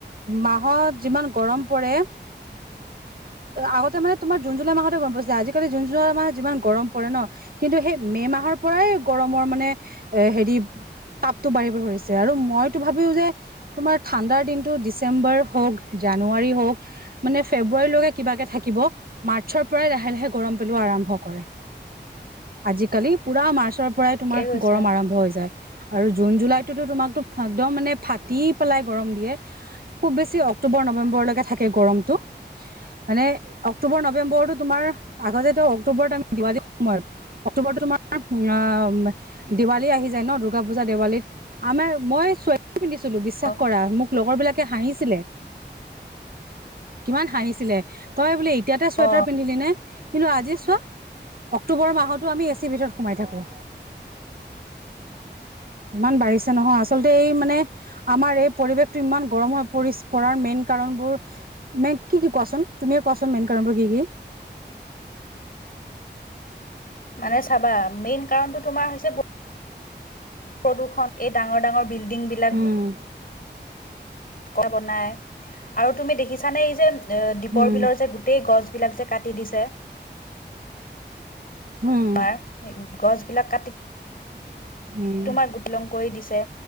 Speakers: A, on the right (about 55°); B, on the left (about 50°).
A: মাহত যিমান গৰম পৰে আগতে মানে তোমাৰ জোনন জুলাই মাহতে গম পাইছে আজিকালি জোন জুলাই মাহত যিমান গৰম পৰে ন কিন্তু সেই মে' মাহৰ পৰাই গৰমৰ মানে এ হেৰি তাপো বাঢ়িব ধৰিছে আৰু মই ভাবও যে তোমাৰ ঠাণ্ডাৰ দিনতটো ডিচেম্বৰ হওক জানুৱাৰী হওক মানে ফেবাৰ ে কিবাকে থাকিব মাৰ্চৰ পৰাই লাহে লাহে গৰম পেলোৱা আৰম্ভ কৰে
B: উ
A: আজিকালি পুৰা মাৰ্চৰ পৰাই তোমাৰ
B: কৈছা
A: গৰম আৰম্ভ হৈ যায় আৰু জুন জুলাইটোতো তোমাকতো একদম মানে ফাটি পেলাই গৰম দিয়ে খুব বেছি অক্টোবৰ নৱেম্বৰলৈকে থাকে গৰমটো মানে অক্টোবৰ নৱেম্বৰৰতো তোমাৰ আগতে অক্টোবৰতম দিৱালীৰ সময়ত অক্টোবৰত তোমাৰ দেৱালী আহি যায় ন দুৰ্গা পূজা দেৱালীত আমাৰ মই চুৱেটাৰ পিন্ধিছিলো বিশ্বাস
B: অ
A: কৰা মোক লগৰ বিলাকে হাঁহিছিলে কিমান হাঁহিছিলে তই বোলে এতিয়াতে চুৱেটাৰ
B: অ
A: পিন্ধিলি নে কিন্তু আজি চোৱা অক্টোবৰৰ মাহতো আমি এ চিৰ ভিতৰত সোমাই থাকোঁ
B: <inaudible>
A: ইমান বাঢ়িছে নহয় আ এই মানে আমাৰ এই পৰিৱেশটো ইমান গৰম হৈ পৰি পৰাৰ মেইন কাৰণ হ'ল কি কি কোৱাচোন তুমিয়ে কোৱাচোন মেইন কাৰণবোৰ কি কি
B: মানে চাবা মেইন কাৰণটো তোমাৰ হৈছে প্ৰদূষণ এই ডাঙৰ ডাঙৰ বিল্ডিংবিলাক
A: উম
B: কোৱা বনাই আৰু তুমি দেখিছ নে এই যে এ দ্বীপৰ
A: হম
B: বিলৰ যে গোটেই গছ বিলাক যে কাটি দিছে
A: হম
B: <unintelligible> গছবিলাক কাটি
A: উম
B: তোমাক গুটলং কৰি দিছে